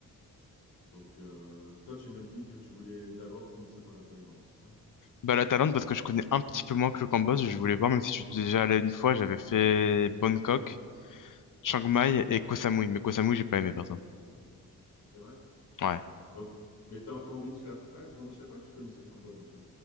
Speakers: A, on the left; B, on the left.
A: Donc, euh, toi, tu me dis que tu voulais d'abord commencer par la Thaïlande, c'est ça?
B: Bah la Thaïlande parce que je connais un petit peu moins que le Cambodge. Je voulais voir, même si je suis déjà allé une fois, j'avais fait Bangkok, Chiang Mai et Koh Samui. Mais Koh Samui j'ai pas aimé perso.
A: C'est vrai.
B: Ouais.
A: Donc, mais t'as, t'as envie de faire. Ah, Cam- je savais pas que tu connaissais le Cambodge en fait.